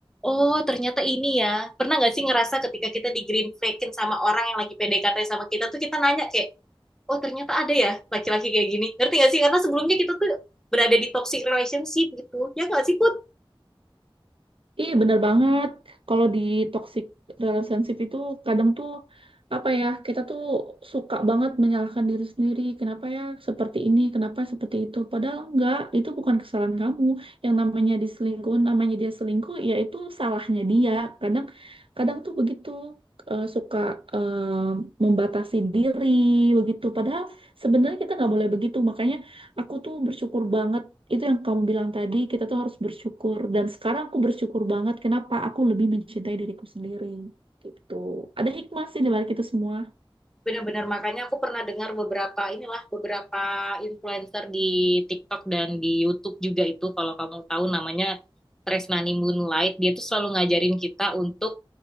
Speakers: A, in the centre; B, on the right.
A: oh ternyata ini ya. Pernah nggak sih ngerasa ketika kita di green flagging sama orang yang lagi PDKT sama kita tuh kita nanya kayak, oh ternyata ada ya laki-laki kayak gini ngerti nggak sih karena sebelumnya kita tuh berada di toxic relationship gitu ya nggak sih put
B: Iya bener banget. Kalau di toxic relationship itu kadang tuh apa ya kita tuh suka banget menyalahkan diri sendiri. Kenapa ya seperti ini? Kenapa seperti itu? Padahal enggak, itu bukan kesalahan kamu. Yang namanya diselingkuh, namanya dia selingkuh, ya itu salahnya dia. Kadang kadang tuh begitu eh, suka eh, membatasi diri begitu. Padahal sebenarnya kita nggak boleh begitu. Makanya aku tuh bersyukur banget itu yang kamu bilang tadi, kita tuh harus bersyukur. Dan sekarang aku bersyukur banget kenapa aku lebih mencintai diriku sendiri. Gitu. Ada hikmah sih di balik itu semua.
A: Benar-benar makanya aku pernah dengar beberapa inilah beberapa influencer di TikTok dan di YouTube juga itu kalau kamu tahu namanya Tresnani Moonlight dia tuh selalu ngajarin kita untuk